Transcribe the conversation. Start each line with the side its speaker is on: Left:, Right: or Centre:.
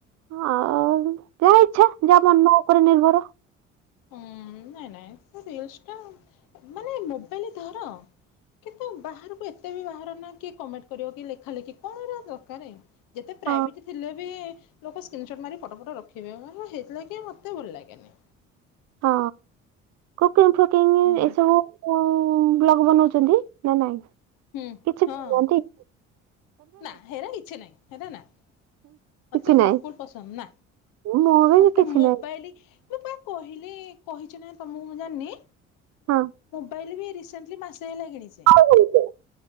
Right: ହଁ ଆଉ ଯାହା ଇଛା ଯାହା ମନ ଉପରେ ନିର୍ଭର।
Left: ହୁଁ ନାଇଁ ନାଇଁ ରିଲ୍ସ ଟା ମାନେ ମୋବାଇଲ ଧର କିନ୍ତୁ ବାହାରୁକୁ ଏତେ ବି ବାହାର ନା କିଏ କମେଣ୍ଟ କରିବ କି ଲେଖା ଲେଖି କଣ ଦରକାରେ। ଯେତେ ପ୍ରାଇଭେଟ
Right: ହଁ
Left: ଥିଲେ ବି ଲୋକ ସ୍କିନ୍ ସଟ୍ ମାରି ଫଟ ଫଟ ରଖିବେ ହେଗୁଡ଼ା କି ମତେ ଭଲ ଲାଗେନି।
Right: ହଁ କୁକିଂ ଫୁକିଂ
Left: ହୁଁ
Right: ଏସବୁ ମୁଁ ବ୍ଲଗ ବନଉଚନ୍ତି ନା ନାଇଁ
Left: ହୁଁ
Right: କିଛି
Left: ହଁ
Right: କୁଅନ୍ତି?
Left: ନା ହେରା କିଛି ନାଇଁ ହେରା ନା। ମତେ
Right: କିଛି
Left: ବିଲକୁଲ୍
Right: ନାହିଁ
Left: ପସନ୍ଦ ନା
Right: ମୁଁ ବି
Left: ମତେ
Right: କିଛି
Left: ମୋବାଇଲି
Right: ନାହିଁ
Left: ମୁଁ ପା କହିଲି କହିଚ ନା ତମକୁ ମୁଁ ଜାଣିନି।
Right: ହଁ।
Left: ପଇଲେ ବି ରିସେଣ୍ଟଲି ମାସେ ହେଲା କିଣିଚେ।
Right: ଆଛା